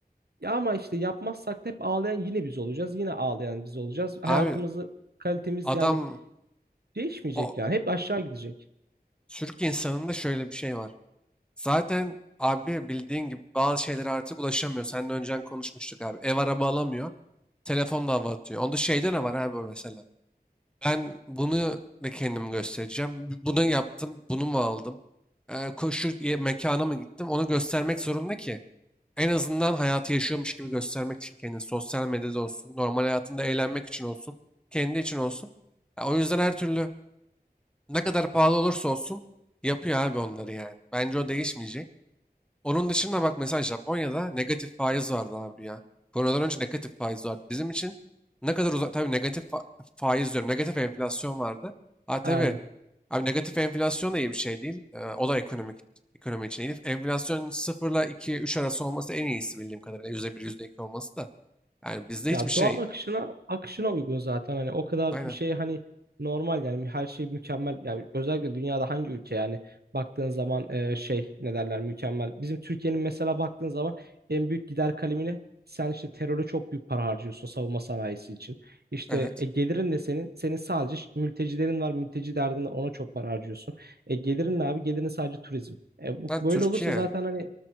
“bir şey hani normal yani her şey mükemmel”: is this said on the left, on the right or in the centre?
Right